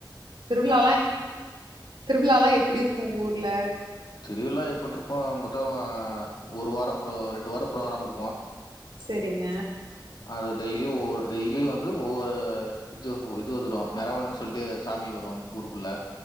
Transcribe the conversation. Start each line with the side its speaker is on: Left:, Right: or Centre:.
Right: திருவிழாலா திருவிழாலா எப்டி இருக்கு உங்க ஊர்ல
Left: திருவிழா எப்ட்டுருப்போ மொத்தோ ஒரு வாரம் ப்ரோ ரெண்டு வாரோ ஃப்ரோகராம் இருக்கு
Right: சேரிங்க
Left: அது டெய்லியு ஒரு டெய்லியு வந்து ஒவ்வொரு இது இது வந்துரு மெரவான்னு சொல்ட்டு சாமி வரு ஊருக்குள்ள